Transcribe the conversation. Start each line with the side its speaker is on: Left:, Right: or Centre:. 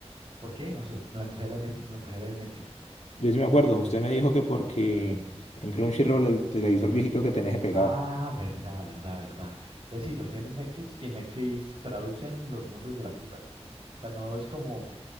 Right: ¿Por qué? No sé. Me la empecé a ver en Netflix, me la empecé a ver en Netflix.
Left: Yo sí me acuerdo. Usted me dijo que porque en Crunchyroll el televisor viejito que tenés se pegaba.
Right: Ah, verdad, verdad, verdad. Es decir, los tienen en Netflix y en Netflix traducen los nombres de las frutas. O sea, no es como,